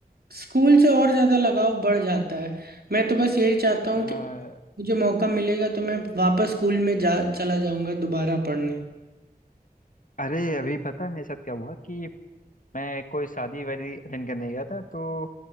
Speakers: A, on the right (about 75°); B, on the left (about 55°).
A: स्कूल से और ज़्यादा लगाव बढ़ जाता है मैं तो बस यही चाहता हूँ कि
B: हाँ
A: मुझे मौका मिलेगा तो मैं वापस स्कूल में जा चला जाऊंगा दोबारा पढ़ने
B: अरे अभी पता है मेरे साथ क्या हुआ कि मैं कोई शादी वादी अटेंड करने गया था तो